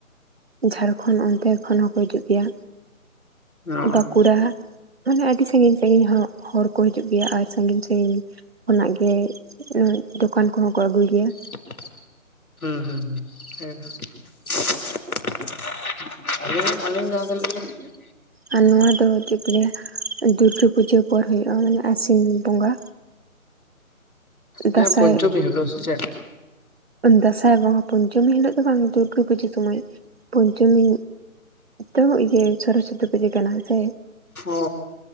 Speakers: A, on the right; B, on the left.
A: ᱡᱷᱟᱲᱠᱷᱚᱱ ᱚᱱᱛᱮ ᱠᱷᱚᱱ ᱦᱚᱸᱠᱚ ᱦᱤᱡᱩᱜ ᱜᱮᱭᱟ
B: ᱚ
A: ᱵᱟᱸᱠᱩᱲᱟ, ᱢᱟᱱᱮ ᱟᱹᱰᱤ ᱥᱟᱺᱜᱤᱧ ᱥᱟᱺᱜᱤᱧ ᱦᱚᱸ ᱦᱚᱲ ᱠᱚ ᱦᱤᱡᱩᱜ ᱜᱮᱭᱟ ᱟᱨ ᱥᱟᱺᱜᱤᱧ ᱥᱟᱜᱤᱧ, ᱠᱷᱚᱱᱟᱜ ᱜᱮ ᱫᱚᱠᱟᱱ ᱠᱚᱦᱚᱸ ᱠᱚ ᱟᱹᱜᱩᱭ ᱜᱮᱭᱟ,
B: ᱦᱮᱸ ᱦᱮᱸ ᱦᱮᱸ ᱮᱠᱫᱚᱢ ᱟᱞᱤᱧ ᱟᱞᱤᱧ ᱡᱟᱦᱟᱸ <inaudible>
A: ᱟᱨ ᱱᱚᱣᱟ ᱫᱚ ᱪᱮᱫ ᱠᱚ ᱞᱟᱹᱭᱟ ᱫᱩᱨᱜᱟᱹ ᱯᱩᱡᱟᱹ ᱯᱚᱨ ᱦᱩᱭᱩᱜᱼᱟ ᱢᱟᱱᱮ ᱟᱥᱤᱱ ᱵᱚᱸᱜᱟ, ᱫᱟᱸᱥᱟᱭ
B: ᱦᱮᱸ ᱯᱚᱧᱪᱚᱢᱤ ᱦᱤᱞᱳᱜ ᱥᱮ ᱪᱮᱫ,
A: ᱫᱟᱸᱥᱟᱭ ᱵᱚᱸᱜᱟ ᱯᱚᱧᱪᱚᱢᱤ ᱦᱤᱞᱳᱜ ᱫᱚ ᱵᱟᱝ ᱫᱩᱨᱜᱟᱹ ᱯᱩᱡᱟᱹ ᱥᱢᱚᱭ ᱯᱚᱧᱪᱚᱢᱤ ᱛᱚ ᱤᱭᱟᱹ ᱥᱚᱨᱚᱥᱚᱛᱤ ᱯᱩᱡᱟᱹ ᱠᱟᱱᱟ ᱦᱮᱥᱮ
B: ᱚ